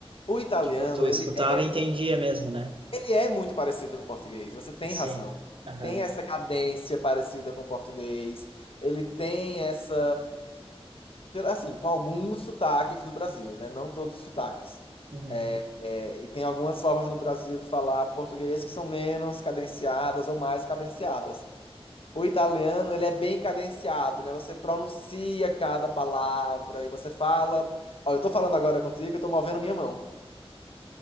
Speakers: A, on the left; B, on the right.
A: O italiano,
B: Tipo, tu escutava
A: ele é muito,
B: e entendia mesmo, né?
A: ele é muito parecido com o português. Você tem
B: Sim.
A: razão.
B: Aham.
A: Tem essa cadência parecida com o português. Ele tem essa, assim, com alguns sotaques do Brasil, né? Não todos os sotaques.
B: Uhum.
A: É, e tem algumas formas no Brasil de falar português que são menos cadenciadas ou mais cadenciadas. O italiano, ele é bem cadenciado, né? Você pronuncia cada palavra e você fala. Ó, eu tô falando agora contigo e tô movendo minha mão.